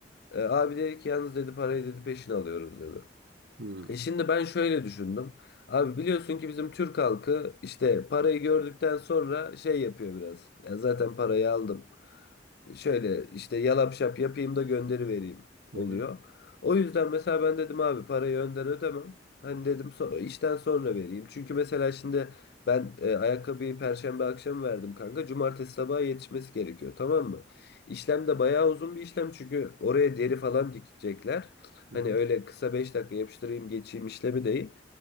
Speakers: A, on the left; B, on the right.
A: E, abi dedi ki yalnız dedi parayı dedi peşin alıyoruz dedi.
B: Hı
A: E şimdi ben şöyle düşündüm. Abi biliyorsun ki bizim Türk halkı işte parayı gördükten sonra şey yapıyor biraz. Ya zaten parayı aldım şöyle işte yalap şap yapayım da gönderivereyim
B: hı.
A: oluyor. O yüzden mesela ben dedim abi parayı önden ödemem. Hani dedim so- işten sonra vereyim. Çünkü mesela şimdi ben e, ayakkabıyı perşembe akşamı verdim kanka. Cumartesi sabaha yetişmesi gerekiyor tamam mı? İşlem de bayağı uzun bir işlem çünkü oraya deri falan dikecekler.
B: Hı
A: Hani
B: hı.
A: öyle kısa 5 dakika yapıştırayım geçeyim işlemi değil.